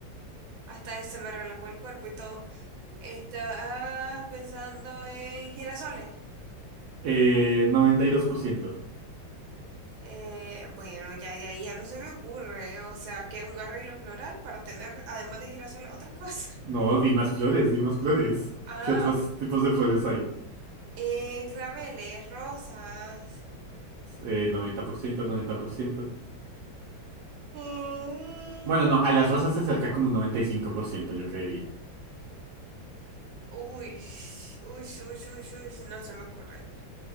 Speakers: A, on the right (about 80°); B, on the right (about 65°).
A: Hasta ese me relajó el cuerpo y todo. ¿Estás pensando en girasoles?
B: Eh, noventa y dos por ciento
A: Eh, bueno, ya de ahí ya no se me ocurre, ¿eh? O sea, que un arreglo floral para tener, además de girasoles, otra cosa. <laughs>
B: No, di más flores, di más flores.
A: Ah,
B: ¿Qué otros
A: ok.
B: tipos de flores hay?
A: Eh, claveles, rosas.
B: Eh, noventa por ciento noventa por ciento.
A: Ay.
B: Bueno, no, a las rosas se acerca como un noventa y cinco por ciento yo creería.
A: Uy, uy, uy, uy, uy, no se me ocurre.